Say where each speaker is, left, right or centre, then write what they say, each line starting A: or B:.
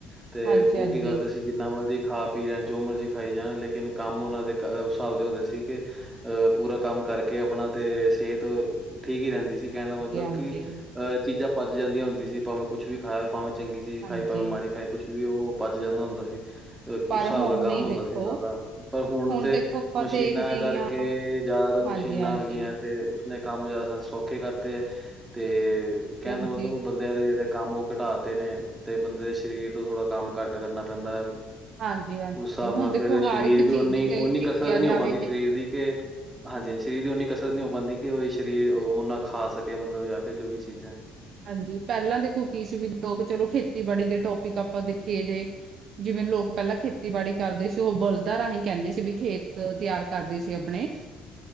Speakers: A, on the right (about 15°); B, on the right (about 50°).
A: ਤੇ
B: ਹਾਂਜੀ
A: ਓ
B: ਹਾਂਜੀ
A: ਕੀ ਕਰਦੇ ਸੀ ਸੀ, ਜਿੰਨਾ ਮਰਜੀ ਖਾ ਪੀ ਲੈਣ, ਜੋ ਮਰਜੀ ਖਾਈ ਜਾਣ ਲੇਕਿਨ ਕੰਮ ਓਨਾਂ ਦੇ ਹਿਸਾਬ ਦੇ ਹੁੰਦੇ ਸੀਗੇ ਅ ਪੂਰਾ ਕੰਮ ਕਰਕੇ ਅਪਣਾ ਤੇ, ਸੇਹਤ ਠੀਕ ਈ ਰੈਂਦੀ ਸੀ। ਕੈਣ ਦਾ ਮਤਲਬ
B: ਹਾਂਜੀ
A: ਕਿ, ਅ ਚੀਜਾ ਪਚ ਜਾਂਦੀਆਂ ਹੁੰਦੀ ਸੀ, ਪਾਵੇ ਕੁਛ ਵੀ ਖਾਯਾ, ਪਾਵੇ ਚੰਗੀ ਚੀਜ ਖਾਈ,
B: ਹਾਂਜੀ
A: ਪਾਵੇ ਮਾੜੀ ਖਾਈ, ਕੁਛ ਵੀ ਓਹ ਪਚ ਜਾਂਦਾ ਹੁੰਦਾ ਹੀ।
B: ਪਰ
A: ਉਸ ਸਾਬ
B: ਹੁਣ
A: ਦਾ ਕੰਮ
B: ਨਹੀਂ
A: ਹੁੰਦਾ
B: ਦੇਖੋ
A: ਸੀ ਓਨਾਂ ਦਾ, ਪਰ ਹੁਣ ਤੇ
B: ਦੇਖੋ ਆਪਾਂ
A: ਮਸ਼ੀਨਾਂ
B: ਦੇਖਦੇ
A: ਕਰਕੇ
B: ਹੀ ਹਾਂ
A: ਜਾਦਾਤਰ
B: ਹਾਂਜੀ
A: ਮਸ਼ੀਨਾਂ
B: ਹਾਂਜੀ
A: ਆ ਗਈਆਂ ਤੇ ਆਪਨੇ ਕੰਮ ਜਾਦਾ ਸੌਖੇ ਕਰਤੇ ਐ, ਤੇ ਕੈਣ
B: ਹਾਂਜੀ
A: ਦਾ ਮਤਲਬ ਓ ਬੰ ਬੰਦੇਆਂ ਦੇ ਜੇੜੇ ਕੰਮ ਓ ਘਟਾਤੇ ਨੇ, ਤੇ ਬੰਦੇ ਦੇ ਸਰੀਰ ਤੋਂ ਥੋੜਾ ਕੰਮ ਘੱਟ ਕਰਨਾ ਪੈਂਦਾ।
B: ਹਾਂਜੀ ਹਾਂਜੀ
A: ਉਸ ਸਾਬ
B: ਹੁਣ
A: ਨਾਲ
B: ਦੇਖੋ
A: ਫੇਰ
B: ਹਰ
A: ਸ਼ਰੀਰ
B: ਇੱਕ
A: ਵੀ
B: ਚੀਜ਼
A: ਓਨੀ,
B: ਜੇ
A: ਓਨੀ
B: ਦੇਖਿਆ
A: ਕਸਰਤ ਨਈ
B: ਜਾਵੇ
A: ਓ ਪਾਂਦੀ ਸਰੀਰ ਦੀ ਕੇ ਹਾਂਜੀ ਹਾਂ, ਸਰੀਰ ਦੀ ਉਨੀ ਕਸਰਤ ਨਹੀਂ ਹੋ ਪਾਂਦੀ ਕੇ ਓ ਸਰੀਰ ਓਨਾ ਖਾ ਸਕੇ, ਮਤਲਬ ਜਾਂ ਫੇਰ ਜੋ ਵੀ ਚੀਜਾ
B: ਹਾਂਜੀ, ਪੈਲਾਂ ਦੇਖੋ ਕੀ ਸੀ ਵੀ ਲੋਕ ਚਲੋ ਖੇਤੀਬਾੜੀ ਦੇ ਟੋਪਿਕ ਆਪਾ ਦੇਖੀਏ ਜੇ ਜਿਵੇ ਲੋਕ ਪੈਲਾਂ ਖੇਤੀਬਾੜੀ ਕਰਦੇ ਸੀ, ਓ ਬੋਲਦਾ ਰਾਹੀਂ ਕੈਂਦੇ ਸੀ, ਵੀ ਖੇਤ ਤਿਆਰ ਕਰਦੇ ਸੀ ਅਪਣੇ।